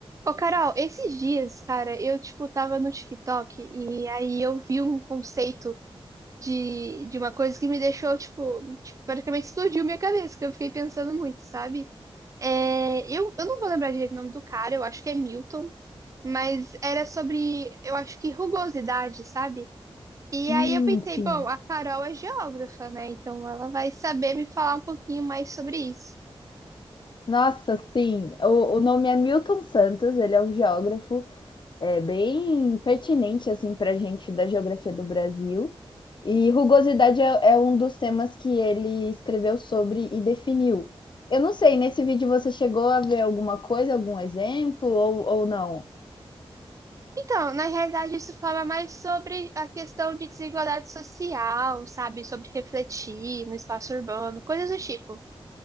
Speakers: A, on the right; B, on the left.
A: Ô, Carol, esses dias, cara, eu, tipo, tava no TikTok e aí eu vi um conceito de, de uma coisa que me deixou, tipo, tipo, praticamente explodiu minha cabeça, que eu fiquei pensando muito, sabe? É, eu, eu não vou lembrar direito o nome do cara, eu acho que é Milton, mas era sobre, eu acho que rugosidade, sabe? E
B: Hum,
A: aí eu pensei,
B: sim.
A: bom, a Carol é geógrafa, né? Então ela vai saber me falar um pouquinho mais sobre isso.
B: Nossa, sim. O, o nome é Milton Santos, ele é um geógrafo, é bem pertinente assim para a gente da geografia do Brasil. E rugosidade é, é um dos temas que ele escreveu sobre e definiu. Eu não sei, nesse vídeo você chegou a ver alguma coisa, algum exemplo ou, ou não?
A: Então, na realidade, isso fala mais sobre a questão de desigualdade social, sabe? Sobre refletir no espaço urbano, coisas do tipo.